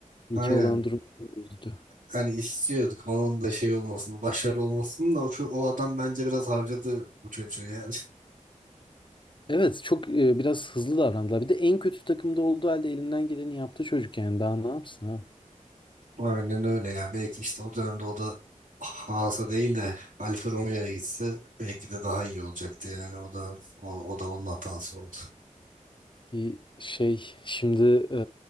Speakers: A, on the left; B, on the right.
A: Mike
B: aynen
A: olan durum beni üzdü.
B: hani istiyorduk onun da şey olmasını, başarılı olmasını da o, ço- o adam bence biraz harcadı bu çocuğu yani. <laughs>
A: Evet çok e, biraz hızlı davrandılar. Bir de en kötü takımda olduğu halde elinden geleni yaptı çocuk yani. Daha ne yapsın ha?
B: Aynen öyle ya. Belki işte o dönemde o da Haas'a değil de Alfa Romeo'ya gitse belki de daha iyi olacaktı yani o da o, o da onun hatası oldu.
A: Bir şey şimdi e,